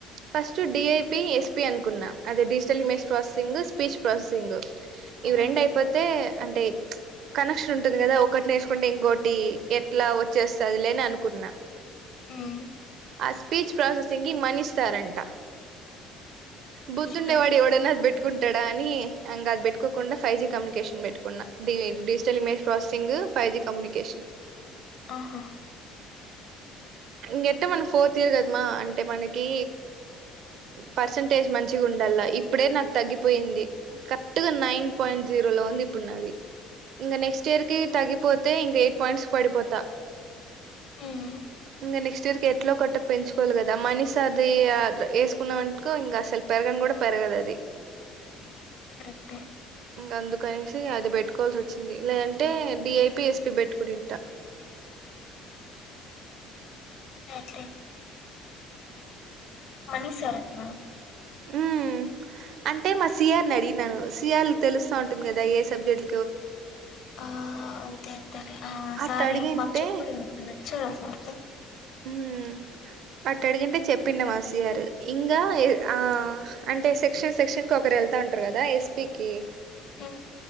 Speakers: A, on the right; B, on the left.
A: ఫస్ట్ డి ఐ ఎస్పి అనుకున్నా అదే digital image processing speech processing ఇవి
B: మ్మ్
A: రెండు అయిపోతే అంటే కనెక్షన్ ఉంటుంది కదా ఒకటి నేర్చుకుంటే ఇంకోటి ఎట్లా వచ్చేస్తది లే అనుకున్న
B: మ్మ్
A: ఆ స్పీచ్ ప్రాసెసింగ్ కి మనిస్తారంట
B: ఈచ్
A: బుద్దుుండేవాడు
B: ప్రాసెస్
A: ఎవడన్నఅది <unintelligible> కుంటాడ అని ఇంక అది పెట్టుకోకుండా ఫైవ్ జి కమ్యూనికేషన్ పెట్టుకున్నా digital image processing five G communication
B: ఆహా
A: ఇంగెట్ట మనం ఫోర్త్ ఇయర్ కదమ్మా అంటే మనకి పర్సంటేజ్ మంచిగా ఉండాల ఇప్పుడే నాకు తగ్గిపోయింది కరెక్ట్గా నైన్ పాయింట్ జీరో లో వంది ఇప్పుడు నాది ఇంగ నెక్స్ట్ ఇయర్కి తగిపోతే ఇంగ ఎయిట్ పాయింట్స్ పడిపోతా
B: మ్మ్
A: ఇంగ నెక్స్ట్ ఇయర్కి ఎట్లా కట్ట పెంచుకోవాలి కదా మనిసార్ది ఆ ఎసుకున్న వనుకో ఇంకా అసలు పెరగన్ పెరదది
B: కరెక్టే
A: ఇంగ అందుకనేసి అది పెట్టుకోవాల్సి వచ్చింది లేదంటే డిఐపి ఎస్పి పెట్టుకునింట
B: ఏంటి మనీశర్మా
A: ఉమ్ అంటే మా సిఆర్ని అడిగినను సిఆర్ తెలుస్తా ఉంటుంది కదా ఏ సబ్జెక్ట్
B: ఆ అంతే ఆ
A: అట్ట
B: సారి
A: అడిగింటే
B: మాకు చెప్పుడు మాకు నచ్చరు ఆ సారు
A: మ్మ్ అట్ట అడిగింటే చెప్పిండు మా సిఆరు ఇంగ ఆ అంటే సెక్షన్ సెక్షన్కి ఒకరు ఎళ్తా ఉంటరు కదా ఎస్పికి
B: మ్మ్.